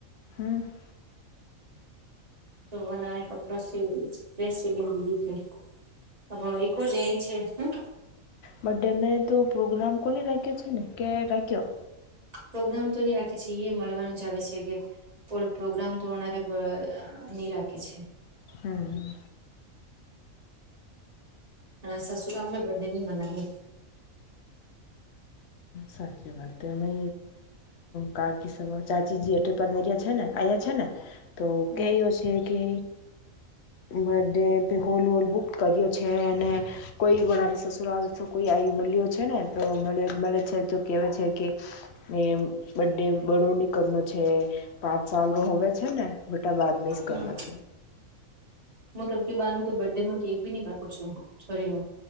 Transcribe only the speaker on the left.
હમ <unintelligible>
બડે મેં તો પ્રોગ્રામ કોને રાખ્યો છે ને કે રાખ્યો.
હમ.
સાચી વાત તમે કાકી સબ ચાચી જે એટ પધાર્યા છે ને આવ્યા છે ને તો
કયો છે કે birthday hall hall book કરીએ છે અને કોઈ ઘરે સસુરાાલ કોઈ આયુ મળ્યો છે ને તો મળે છે તો કેવા છે કે એ બે બડો નીકર ન છે પાંચ સાલ ન હોવે છે ને બટા બાદમાંઇ કરના
છે